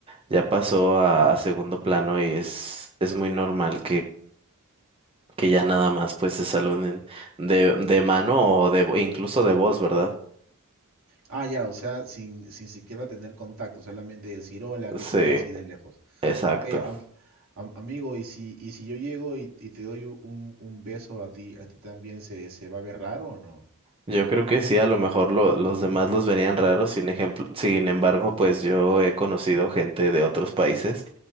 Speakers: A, on the right (about 25°); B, on the right (about 65°).
A: ya pasó a segundo plano y es, es muy normal que ya nada más pues se saluden de, de mano o de vo- incluso de voz, ¿verdad?
B: Ah, ya, o sea, sin, sin siquiera tener contacto, solamente decir hola, ¿qué
A: Sí,
B: tal? Así de lejos.
A: exacto.
B: Ok, am- am- amigo, y si, y si yo llego y, y te doy u- un, un beso a ti, a ti también, ¿se, se va a ver raro o no?
A: Yo creo que sí, a lo mejor lo- los demás los verían raros, sin ejemplo, sin embargo, pues yo he conocido gente de otros países